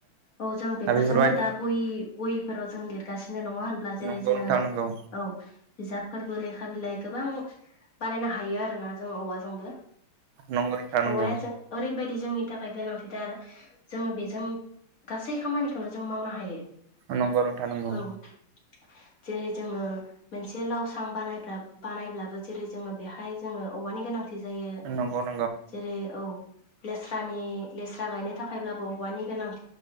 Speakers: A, on the left; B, on the right.
A: औ जों बेफोरजोंनो
B: बेफोरबायदि
A: दा बहिफोराव जों लिरगासिनो नङा होनब्ला जेरै
B: नंगौ
A: जोंङो
B: नोंथां नंगौ
A: औ बिजाबफोरबो लेखा बिलाइ गोबां बानायनो हायो आरोना जों औवाजोंबो
B: नंगौ नोंथां नंगौ
A: औवाया जों ओरैबायदि जोंनि थाखाय गोनांथिथार जोंङो बेजों गासै खामानिखौनो जों मावनो हायो।
B: नंगौ नंथा नांगौ
A: औ <inaudible> जेरै- जोङो मोनसे लावसां बानाय बानायब्लाबो जेरै- जोङो बेहाय जोङो औवानि गोनांथि थि जायो
B: नंगौ नंगौ
A: जेरै- औ लेस्रानि लेस्रा गायनो थाखायब्लाबो औवानि गोनां